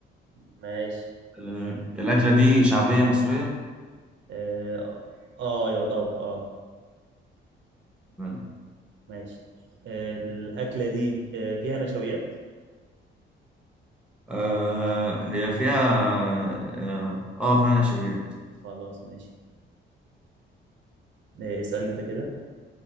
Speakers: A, on the right; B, in the centre.
A: ماشي
B: آه، الاكلة دي شعبية مصرية
A: اه آه، يعتبر اه
B: تمام
A: ماشي آه، الأكلة دي آه، فيها نشويات
B: آه، هي فيها اه آه، فيها نشويات
A: خلاص ماشي آه، اسأل انت كده